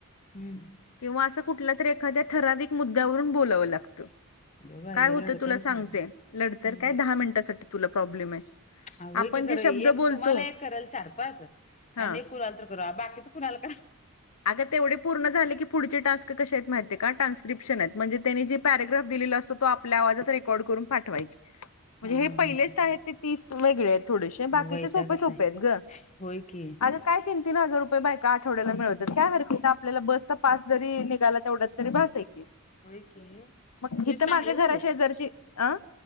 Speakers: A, on the left (about 30°); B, on the left (about 80°).
A: हम्म
B: किंवा असं कुठल्या तर एखाद्या ठराविक मुद्द्यावरून बोलावं लागतं
A: ग बाई
B: काय होत
A: लडतडच
B: तुला सांगते
A: आहे
B: लढत
A: हम्म
B: काय दहा मिनिटासाठी तुला प्रॉब्लेम आहे
A: ह हो
B: आपण
A: की
B: जे
A: खरं
B: शब्द
A: एक
B: बोलतो
A: तुम्हाला एक कराल चार पाच आणि
B: हा
A: एक कराल तर करू बाकीच कुणाल का
B: आता तेवढे पूर् झाले की पुढचे टास्क कशा आहेत माहितीय का ट्रान्स्क्रिप्शन आहेत म्हणजे त्यानी जे पॅरग्राफ दिलेलं असतो तो आपल्या आवाजात रेकॉर्ड करून पाठवायचे म्हणजे
A: हा
B: हे
A: हा
B: पहिलेच
A: हा
B: आहेत ते तीस वेगळे आहेत थोडेसे
A: हे
B: बाकीचे
A: वैतागच
B: सोपे सोप
A: आहे
B: आहेत ग
A: होय की
B: काय तीनी हजार रुपयेय आवड्याला मिळत काय आपल्याला बसचा पास जरी निघाला तेवढ्यात तरी बास ऐ क
A: होय की
B: मग हिथ
A: वीज चांगले
B: माझ्या घरा
A: झाले
B: शेजारची
A: की तुमचे
B: अन्